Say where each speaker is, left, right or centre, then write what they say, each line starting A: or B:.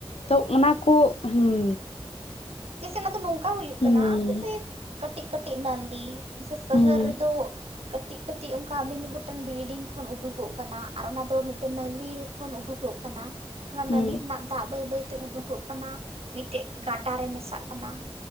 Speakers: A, on the left; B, on the right.
A: ᱛᱚ ᱚᱱᱟ ᱠᱚ ᱦᱩᱸ
B: ᱡᱮᱥᱮ ᱚᱱᱟ ᱫᱚ ᱱᱚᱝᱠᱟ ᱦᱩᱭᱩᱜ
A: ᱦᱩᱸ
B: ᱠᱟᱱᱟ ᱡᱮᱥᱮ ᱠᱟᱴᱤᱡ ᱠᱟᱴᱤᱡ ᱱᱟᱞᱤ ᱥᱚᱦᱚᱨ
A: ᱦᱩᱸ
B: ᱨᱮᱫᱚ ᱠᱟᱴᱤᱡ ᱠᱟᱴᱤᱡ ᱚᱱᱠᱟ ᱢᱤ-ᱢᱤᱫ ᱜᱚᱴᱮᱱ ᱵᱤᱞᱰᱤᱝ ᱠᱚ ᱠᱷᱚᱱ ᱩᱰᱩᱠᱚᱜ ᱠᱟᱱᱟ ᱟᱨ ᱚᱱᱟ ᱫᱚ ᱢᱤᱫᱴᱮᱱ ᱱᱟᱹᱞᱤ ᱠᱷᱚᱱ ᱩᱰᱩᱠᱚᱜ ᱠᱟᱱᱟ ᱾ ᱚᱱᱟ
A: ᱦᱩᱸ
B: ᱱᱟᱞᱤ ᱨᱮᱱᱟᱜ ᱫᱟᱜ ᱵᱟᱹᱭ ᱵᱟᱹᱭ ᱛᱮ ᱩᱰᱩᱠᱚᱜ ᱠᱟᱱᱟ ᱢᱤᱫᱴᱮᱡ ᱜᱟᱰᱟ ᱨᱮ ᱢᱮᱥᱟᱜ ᱠᱟᱱᱟ